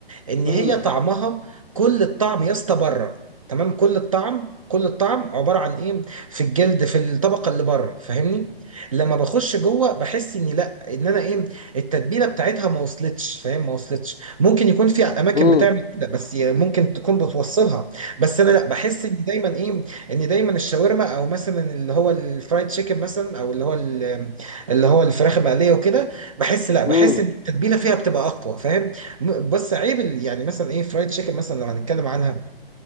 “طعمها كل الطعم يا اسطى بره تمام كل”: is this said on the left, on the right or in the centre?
Right